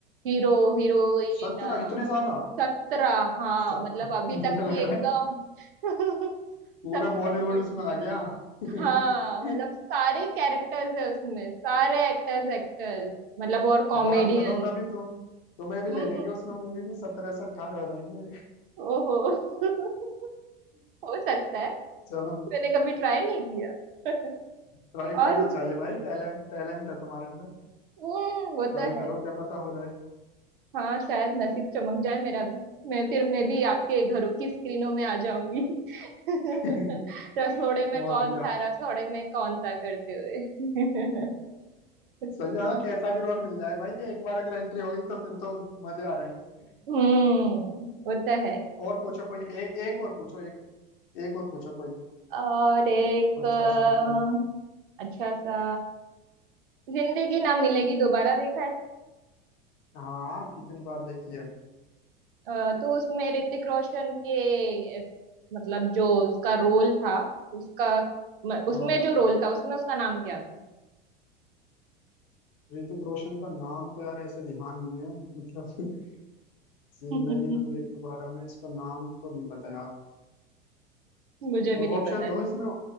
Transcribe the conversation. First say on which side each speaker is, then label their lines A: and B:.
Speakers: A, on the right; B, on the left.
A: हीरो हीरोइन
B: सत्रह इतने ज्यादा
A: सत्रह हाँ
B: स-
A: मतलब अभी
B: मुझे
A: तक
B: लग
A: की
B: रहा
A: एकदम
B: है
A: <laughs>
B: पूरा
A: सबसे
B: बॉलीवुड
A: बड़ी
B: उसमें आ गया <laughs>
A: हाँ मतलब सारे कैरेक्टर्स है उसमें सारे एक्टर्स एक्टर्स मतलब और कॉमेडियन
B: बात करो कभी तो तुम्हें भी
A: हम्म
B: ले लेंगे उसमें मूवी में सत्रह से अठारह हो जाएंगे
A: ओहो <laughs> हो सकता है
B: <laughs> चलो
A: मैंने कभी ट्राई नहीं किया <laughs>
B: ट्राई
A: और
B: करना
A: बोल-
B: चाहिए भाई टैलेंट टैलेंट है तुम्हारे अंदर
A: हम्म वो
B: ट्राई
A: तो है
B: करो क्या पता हो जाए
A: हाँ शायद नसीब चमक जाए मेरा भी मैं फिर मैं भी आपके घरों की स्क्रीनों में आ जाऊंगी <laughs>
B: <laughs>
A: रसोड़े में
B: और
A: कौन
B: क्या
A: था रसोड़े
B: <laughs>
A: में कौन था करते हुए
B: सही
A: <laughs>
B: है, हाँ कैसा भी रोल मिल जाए भाई एक बार अगर एंट्री हो गई तो फिर तो मजे आ रहे हैं
A: हम्म वो तो है
B: और पूछो कोई एक एक और पूछो एक एक और पूछो कोई
A: और एक
B: अच्छा
A: अ,
B: सा मतलब
A: अच्छा सा जिंदगी ना मिलेगी दोबारा देखा है
B: हाँ कितनी बार देखी है
A: अ, तो उसमें ऋतिक रोशन के अ, मतलब जो उसका रोल था उसका म- उसमें
B: हाँ
A: जो रोल था उसमें उसका नाम क्या
B: ऋतिक रोशन का नाम तो यार ऐसे ध्यान नहीं है मतलब <laughs> जिंदगी
A: था
B: ना मिलेगी
A: <laughs>
B: दोबारा में इसका नाम तो नहीं पता यार
A: मुझे भी नहीं
B: ऑप्शन
A: पता है
B: दो इसमें